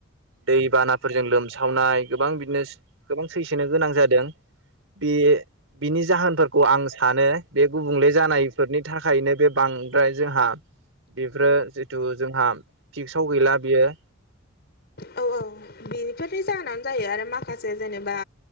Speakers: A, on the right; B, on the left.
A: दैबानाफोरजों लोमसावनाय गोबां बिदिनो सो गोबां सैसोन गोनां जादों। बे बिनि जाहोनफोरखौ आं सानो बे गुबुंले जानायफोरनि थाखायनो बे बा ओमफ्राय जोंहा बेफोरो जेथु जोंहा फिक्साव गैला बेयो
B: औ औ बेनिफोरनि जाहोनावनो जायो आरो माखासे जेनेबा